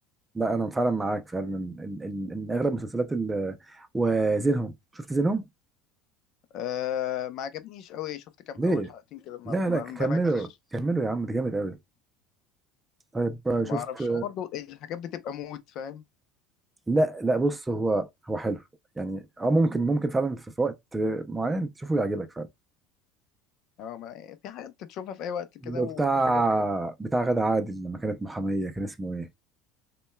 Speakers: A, on the right; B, on the left.
A: لا انا فعلا معاك فعلا ان ان ان إن اغلب المسلسلات ال- وزينهم شفت زينهم
B: أه ما عجبنيش قوي شفت كام
A: ليه
B: أول حلقتين كده ما
A: لا
B: ما
A: لا كملوا
B: اندمجتش
A: كملوا يا عم ده جامد قوي طيب آه، شفت
B: ما اعرفش هو برضو الحاجات بتبقى مود فاهم
A: لا لا بص هو هو حلو يعني اه ممكن ممكن فعلا في, في وقت معين تشوفه يعجبك فعلا
B: اه ما في حاجات تشوفها في اي وقت كده
A: بتاع
B: وفي حاجات
A: بتاع غادة عادل لما كانت محامية كان اسمه ايه